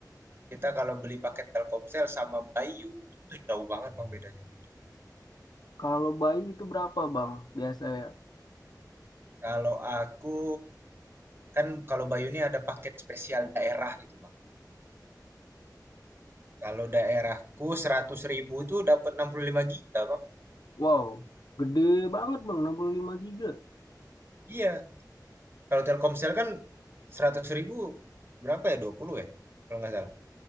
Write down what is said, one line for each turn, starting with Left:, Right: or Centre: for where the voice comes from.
Right: kita kalau beli paket Telkomsel sama Bayu itu, itu jauh banget Bang bedanya.
Left: kalau Bayu itu berapa Bang biasanya?
Right: Kalau aku kan kalau Bayu ini ada paket spesial daerah gitu Bang. Kalau daerahku seratus ribu itu dapat 65 giga Bang.
Left: Wow, gede banget Bang 65 giga.
Right: Iya, Kalau Telkomsel kan seratus ribu berapa ya? dua puluh ya? Kalau nggak salah.